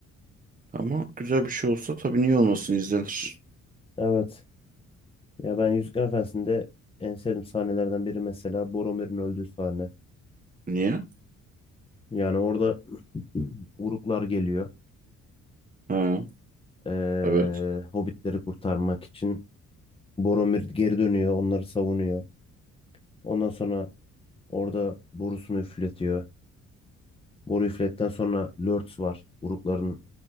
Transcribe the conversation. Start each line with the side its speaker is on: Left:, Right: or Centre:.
Right: Ama güzel bir şey olsa tabii niye olmasın izlenir.
Left: evet. Ya ben Yüzükler Efendisi'nde en sevdiğim sahnelerden biri mesela Boromir'in öldüğü sahne.
Right: Niye?
Left: Yani orada <clears throat> Uruklar geliyor.
Right: Ha,
Left: Ee,
Right: evet.
Left: Hobbitleri kurtarmak için Boromir geri dönüyor, onları savunuyor. Ondan sonra orada borusunu üfletiyor. Boru üfletten sonra Lurtz var. Urukların